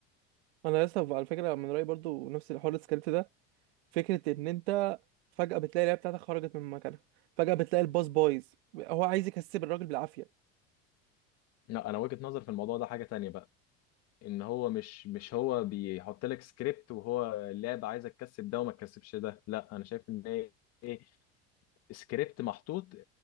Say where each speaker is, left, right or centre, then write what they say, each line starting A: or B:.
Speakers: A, on the right; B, on the left.
A: انا لسه على فكره من رايي برضو نفس الحوار السكريبت ده فكره ان انت فجاه بتلاقي اللعيبه بتاعتك خرجت من مكانها فجاه بتلاقي الباص بايظ هو عايز يكسب الراجل بالعافيه
B: لا انا وجهه نظر في الموضوع ده حاجه تانية بقى ان هو مش مش هو بيحط لك سكريبت وهو اللعبه عايزه تكسب ده وما تكسبش ده لا انا شايف ان هي ايه سكريبت محطوط ل-